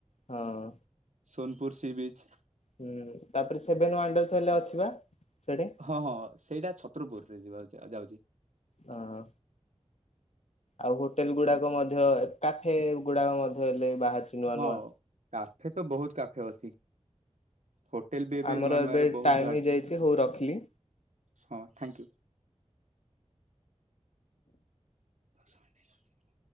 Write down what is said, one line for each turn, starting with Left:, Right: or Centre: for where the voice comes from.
Left: ହଁ
Right: ସୋନପୁର ସି ବିଚ
Left: ହୁଁ ତାପରେ ସେଭେନ ୱାଣ୍ଡରସ ହେଲେ ଅଛିି ବା ସେଠି
Right: ହଁ ହଁ ସେଇଟା ଛତ୍ରପୁରରେ ଯିବା ଯାଉଛି।
Left: ହଁ। ଆଉ ହୋଟେଲ ଗୁଡାକ ମଧ୍ୟ କାଫେ ଗୁଡାକ ମଧ୍ୟ ହେଲେ ବାହାରିଛି ନୂଆ
Right: ହଁ।
Left: ନୂଆ।
Right: କାଫେ ତ ବହୁତ କାଫେ ଅଛି। ହୋଟେଲ ବି ଏବେ
Left: ଆମର
Right: ନୂଆ ନୂଆରେ ବହୁତ
Left: ଟାଇମ
Right: ବାହାରିଛି
Left: ହେଇଯାଇଛି ହଉ ରଖିଲି।
Right: ହଁ ଥ୍ୟାଙ୍କୟୁ। ଦ <unintelligible>